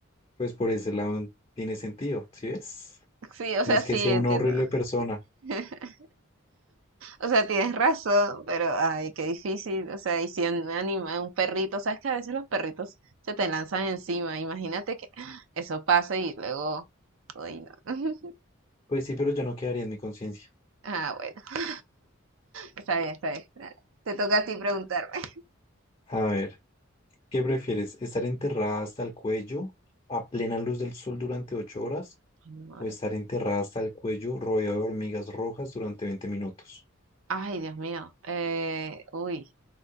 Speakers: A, on the left; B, on the right.
A: pues por ese lado tiene sentido, ¿sí ves?
B: Sí, o
A: No
B: sea,
A: es
B: sí,
A: que sea
B: entiendo.
A: una horrible persona.
B: <laughs> O sea, tienes razón, pero ay, qué difícil. O sea, y si un animal, un perrito, sabes que a veces los perritos se te lanzan encima. Imagínate que <gasps> eso pasa y luego, uy, no. <laughs>
A: Pues sí, pero yo no quedaría en mi conciencia.
B: Ah, bueno, está bien, está bien. dale. Te toca a ti preguntarme. <laughs>
A: A ver, ¿qué prefieres? ¿Estar enterrada hasta el cuello a plena luz del sol durante ocho horas?
B: Ay, me muero.
A: o estar enterrada hasta el cuello rodeada de hormigas rojas durante veinte minutos.
B: Ay, Dios mío. Eh, uy,